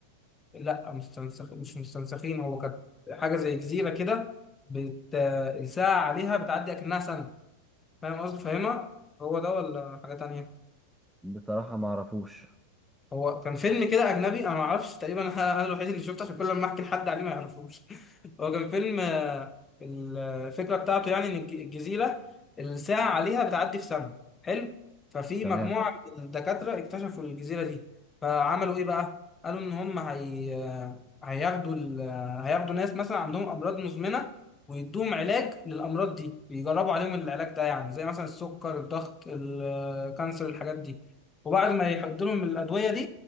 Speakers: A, on the left (about 20°); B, in the centre.
A: لا مستنسخ مش مستنسخين هو كانت حاجه زي جزيره كده بت... الساعه عليها بتعدي اكنها سنه فاهم قصدي فاهمها هو ده ولا حاجه تانية
B: بصراحة ما اعرفوش
A: هو كان فيلم كده اجنبي انا ما اعرفش تقريبا انا أنا الوحيد اللي شفته عشان كل ما احكي لحد عليه ما يعرفوش <laughs> هو كان فيلم آه، الفكره بتاعته يعني ان الج- الجزيره الساعه عليها بتعدي في سنه حلو ففي
B: تمام
A: مجموعه من الدكاتره اكتشفوا الجزيره دي فعملوا ايه بقى قالوا ان هم هي آه، هياخدوا ال... آه، هياخدوا ناس مثلا عندهم امراض مزمنه ويدوهم علاج للامراض دي ويجربوا عليهم العلاج ده يعني زي مثلا السكر الضغط الكانسر الحاجات دي وبعد ما يحط لهم الادويه دي